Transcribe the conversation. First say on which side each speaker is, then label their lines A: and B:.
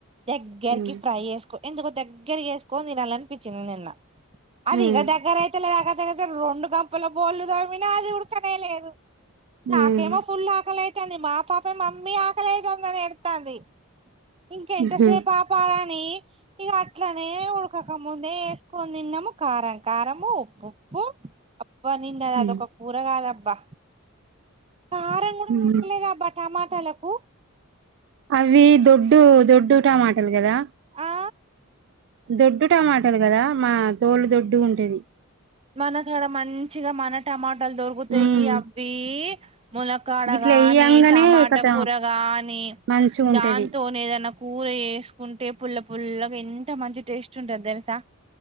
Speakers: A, on the right (about 30°); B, on the right (about 60°).
A: దగ్గరకి
B: ఉమ్
A: ఫ్రై జేసుకో ఎందుకో దగ్గరికి జెస్ కోని తినాలనిపించింది నిన్న అది
B: ఉమ్
A: ఇగ దగ్గరయితలేదు అగ దగ్ నేనైతే రెండు గంపల బోళ్లు తోమినా అది ఉడకనేలేదు నాకేమో
B: ఉమ్
A: ఫుల్లు ఆకలయితాంది మా పాప మమ్మీ ఆకలేదుందని ఎడుతాంది ఇంక ఎంతసేపు
B: ఉహుమ్
A: ఆపాల నీ ఇగ అట్లనే ఉడకకముందే యేసుకొని తిన్నాము కారం కారంము ఉప్పు ఉప్పు అబ్బా నిన్న అదొక
B: ఉమ్
A: కూర గాదబ్బా కారం గూడా
B: ఉమ్.
A: పట్టలేదబ్బా టమాటాలకు
B: అవి దొడ్డు దొడ్డుటమాటలు గదా
A: ఆ
B: దొడ్డు టమాటాలు గదా మా తోలు దొడ్డు గుంటది
A: మన కాడ మంచిగా మన టమాటాలు దొరుకుతాయి
B: ఉమ్
A: అవి మునక్కాడ
B: గిట్లా
A: గానీ
B: ఎయ్యంగానే
A: టమాటా
B: కతం
A: కూర గానీ
B: మంచిగా ఉంటది
A: దాంతోనే ఏదన్నా కూర జేసుకుంటే పుల్ల పుల్లగా ఎం త మంచి టేస్ట్ ఉంటది దెలుసా